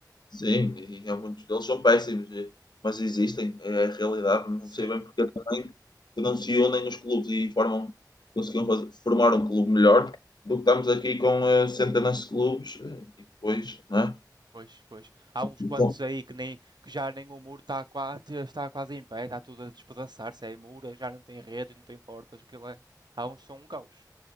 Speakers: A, on the left; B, on the right.
A: Sim, e há muitos deles são péssimos, e- mas existem, é a realidade. Não
B: Sim,
A: sei bem porque também que não se unem os clubes e formam, conseguiam fazer- formar um clube melhor do que estamos aqui com eh, centenas de clubes eh, e depois, não é?
B: pois, pois. Há uns
A: Então,
B: quantos aí que nem que já nem o muro está quase, está quase em pé, está tudo a despedaçar-se. É muro, já não tem redes, não tem portas, aquilo é. Há uns que são um caos.